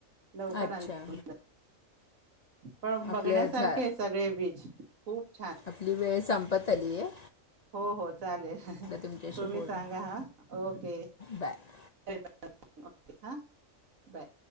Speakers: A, on the right; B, on the left.
A: लवकर
B: अच्छा
A: अंधार होऊन जातो. पण
B: आपल्या
A: बघण्यासारखे
B: झा
A: सगळे बीच खूप छान.
B: आपली वेळ संपत आलीय.
A: हो हो चालेल हं हं
B: तुमच्याशी
A: तुम्ही
B: बोलून
A: सांगा हा ओके
B: बाय
A: बाय. ओके हा बाय.